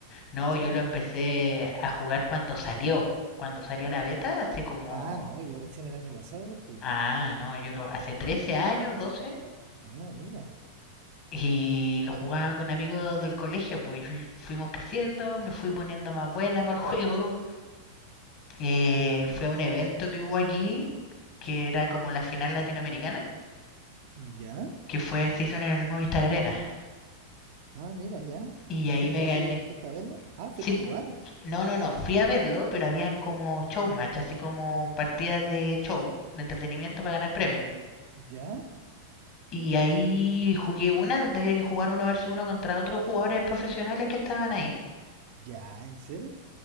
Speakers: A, on the left; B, on the right.
A: No,
B: ¿Cachai?
A: yo
B: Entonces,
A: lo empecé a jugar cuando salió. Cuando salió la beta, hace como
B: ah, no, yo recién el año pasado lo jugué.
A: Ah, no, yo lo hace 13 años, 12,
B: Ah, mira.
A: y lo jugaba con amigos del colegio, pues y fui- fuimos creciendo, me fui poniendo más buena para el <laughs> juego. Eh,
B: Ujú.
A: fui a un evento que hubo aquí, que era como la final latinoamericana,
B: ¿Ya?
A: que fue, se hizo en el Movistar Arena,
B: Ah, mira, ya.
A: y
B: ¿Y
A: ahí
B: fuiste
A: me
B: a
A: gané.
B: ese, fuiste a verlo? Ah, fuiste
A: Sí,
B: a jugar.
A: no, no, no, fui a verlo, pero habían como showmatch, así como partidas de show, de entretenimiento para ganar premios.
B: ¿Ya?
A: Y ahí jugué una donde había que jugar uno versus uno contra otros jugadores profesionales que estaban ahí.
B: ¿Ya? ¿En serio?